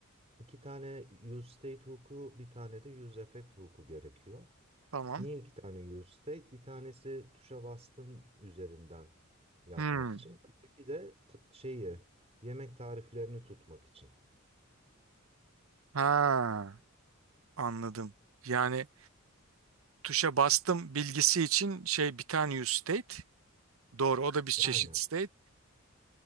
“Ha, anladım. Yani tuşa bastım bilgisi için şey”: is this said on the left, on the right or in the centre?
Right